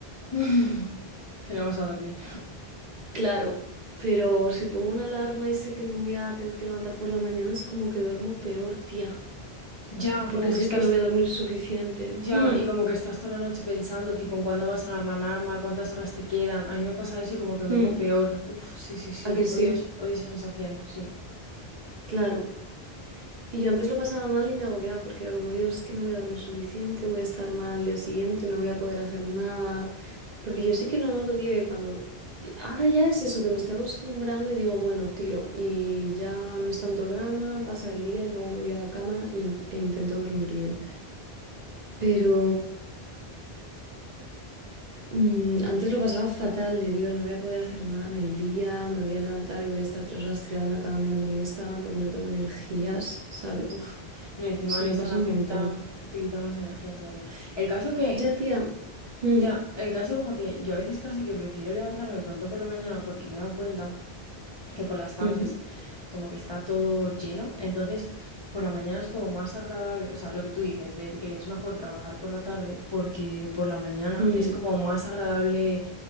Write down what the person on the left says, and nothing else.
<laughs> Que no vas a dormir.
Ya,
como que
estás
Ya,
y como que estás toda la noche pensando, tipo, en cuándo va a sonar la alarma, cuántas horas te quedan. A mí me pasa eso y como que duermo
peor. Uf, sí, sí, sí.
Odio, esa- odio esa sensación, sí.
Uf. No, y encima
el
Instagram
te
quita, te quita más energía todavía. El caso que,
ya, el caso como que yo a veces casi que prefiero levantarme pronto por la mañana porque me he dado cuenta. que por las tardes
como que está todo lleno. Entonces, por la mañana es como más agradable, o sea, lo que tú dices, de que es mejor trabajar por la tarde, porque por la mañana
es como más agradable,